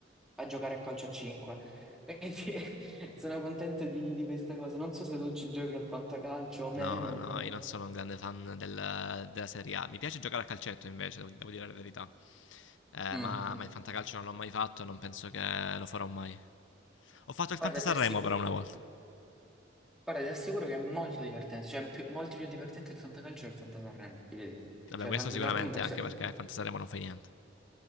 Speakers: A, in the centre; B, on the left (about 90°).
A: a giocare a calcio a 5. Quindi <laughs> sono contento di, di questa cosa. Non so se tu ci giochi al fantacalcio o meno,
B: No, no,
A: però.
B: io non sono un grande fan del- della Serie A. Mi piace giocare a calcetto invece, devo, devo dire la verità. Eh,
A: Mm.
B: ma, ma il fantacalcio non l'ho mai fatto, non penso che lo farò mai. Ho fatto il Fantasarremo
A: Guarda, ti assicuro,
B: però una volta.
A: guarda, ti assicuro che è molto divertente, cioè è più- molto più divertente il fantacalcio del fantasarremo, ti devo dire.
B: Vabbè,
A: Cioè
B: questo
A: il fantasarremo
B: sicuramente
A: per
B: anche
A: sé...
B: perché il Fantasarremo non fa niente.